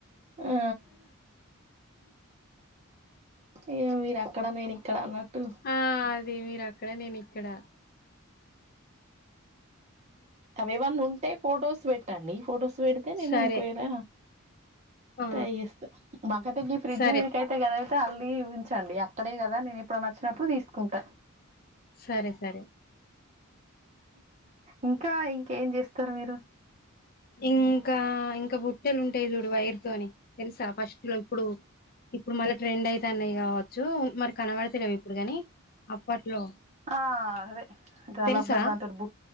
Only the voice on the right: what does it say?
ఆ ఇక మీరు అక్కడ నేను ఇక్కడ అన్నట్టు
అవేవన్న ఉంటే ఫొటోస్ పెట్టండి ఫొటోస్ పెడితే అయితే నేను
ఒకవేళ
ట్రై చేస్తాను నాకైతే ఈ ఫ్రిడ్జ్
మీదకే అకద అయితే అల్ కి ఉంచండి అక్కడే కదా నేను ఇప్పుడనా వచ్చినప్పుడు తీసుకుంటా
ఇంకా ఇంకేం చేస్తారు మీరు
ఆ అదే గా
లబ్బర్ దాంతోన్ బు